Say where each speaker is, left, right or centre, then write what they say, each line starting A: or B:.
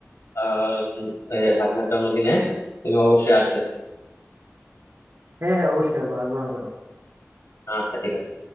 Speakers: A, on the left (about 70°); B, on the right (about 50°).
A: আহ উম, এ, ভাগ্নের জন্মদিনে তুমি অবশ্যই আসবে
B: হ্যাঁ হ্যাঁ অবশ্যই আসবো আসবো না কেন
A: আচ্ছা ঠিক আছে